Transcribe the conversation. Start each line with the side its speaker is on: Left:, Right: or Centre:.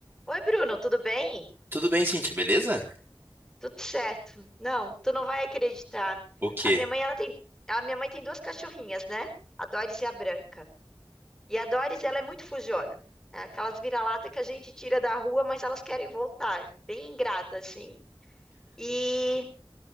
Centre: Oi, Bruno, tudo bem?
Right: Tudo bem, Cintia, beleza?
Centre: Tudo certo. Não, tu não vai acreditar.
Right: O quê?
Centre: A minha mãe, ela tem, a minha mãe tem duas cachorrinhas, né? A Doris e a Branca. E a Doris, ela é muito fujona. É aquelas vira-lata que a gente tira da rua, mas elas querem voltar. Bem ingrata, assim. E